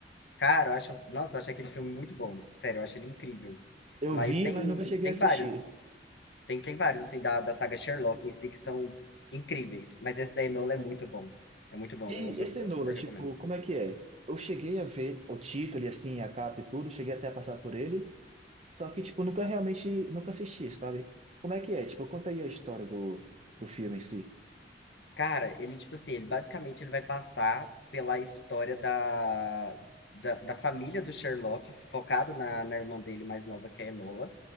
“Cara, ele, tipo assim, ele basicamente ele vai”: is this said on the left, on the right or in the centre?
Left